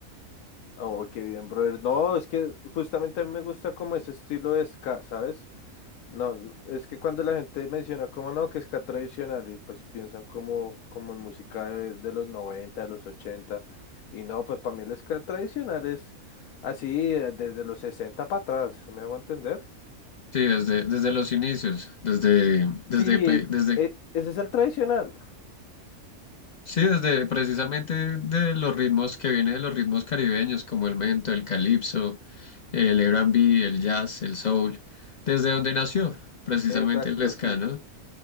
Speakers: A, on the left; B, on the left.
A: oh, qué bien, brother. No, es que justamente a mí me gusta como ese estilo de ska, ¿sabes? No, es que cuando la gente menciona como no, que ska tradicional y pues piensan como, como en música de, de los 90, de los 80 y no, pues para mí el ska tradicional es así eh, desde los 60 para atrás, ¿sí ¿me hago entender?
B: Sí, desde, desde los inicios, desde, desde,
A: Sí,
B: pe- desde,
A: e- ese es el tradicional.
B: sí, desde precisamente de los ritmos que viene de los ritmos caribeños, como el mento, el calipso, el R&B, el jazz, el soul, desde donde nació precisamente
A: Exacto,
B: el ska,
A: sí.
B: ¿no?